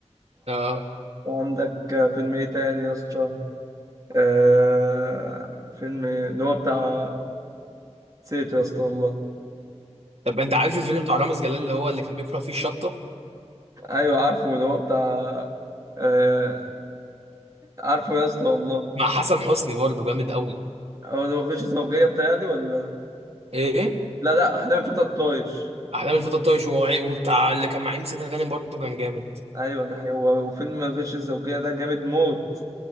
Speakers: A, on the right; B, on the right.
A: اه
B: وعندك فيلم ايه تاني يا اسطى آه فيلم اللي هو بتاع نسيته يا اسطى والله
A: طب انت عارف الفيلم بتاع رامز جلال اللي هو اللي كان بيكره فيه الشطه
B: ايوه عارفه اللي هو بتاع آه عارفه يا اسطى والله
A: مع حسن حسني برضه جامد قوي
B: هو اللي هو غش زوجية بتاعي ولا
A: ايه
B: لا لا احلام فتى الطايش
A: احلام الفتى الطايش ووع- وبتاع اللي كان مع ام سمير غانم برضه كان جامد
B: ايوه ده حقيقي هو وفيلم غش الزوجية ده جامد موت